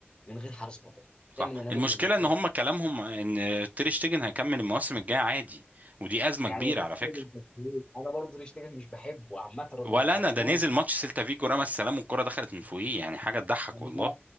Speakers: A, on the left; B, on the right.
A: من غير حارس بطل
B: صح
A: دايما انا
B: المشكله
A: مؤمن بالجون
B: ان هم كلامهم ان تير شتيجن هيكمل المواسم الجايه عادي ودي ازمه
A: يعني
B: كبيره
A: وشفت
B: على فكره
A: كده من برشلونة. انا برضه تشتغل مش بحبه عامه رغم
B: ولا
A: ان برشلونه
B: انا ده نزل ماتش سيلتا فيجو رمى السلام والكره دخلت من فوقيه يعني حاجه تضحك
A: يعني
B: والله